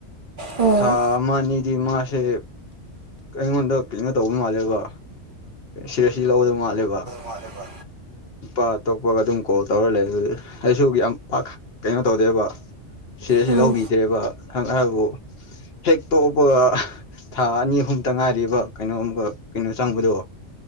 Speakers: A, on the right; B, on the left.
A: ꯎꯝ
B: ꯊꯥ ꯑꯃ ꯑꯅꯤꯗꯤ ꯃꯥꯁꯦ ꯑꯩꯉꯣꯟꯗ ꯀꯩꯅꯣ ꯇꯧꯕ ꯃꯥꯜꯂꯦꯕ ꯁꯤꯔ ꯁꯤ ꯂꯧꯕꯗꫭ ꯃꯥꯜꯂꯦꯕ
A: ꯃꯥꯜꯂꯦꯕ
B: ꯅꯨꯄꯥ ꯑꯇꯣꯛꯄꯒ ꯑꯗꯨꯝ ꯀꯣꯜ ꯇꯧꯔ ꯂꯩ ꯑꯗꯨꯗꯤ ꯑꯩꯁꯨ ꯌꯥꯝ ꯄꯥꯛ ꯀꯩꯅꯣ ꯇꯧꯗꯦꯕ ꯁꯤꯔ꯭ꯁꯁꯨ
A: ꯎꯝ
B: ꯂꯧꯕꯤꯗ꯭ꯔꯦꯕ ꯑꯗꯨꯕꯨ ꯍꯦꯛ ꯇꯣꯛꯄꯒ ꯊꯥ ꯑꯅꯤ ꯑꯍꯨꯝꯇꯪ ꯉꯥꯏꯔꯤꯕ ꯀꯩꯅꯣꯝꯒ ꯀꯩꯅꯣ ꯆꯪꯕꯗꯨ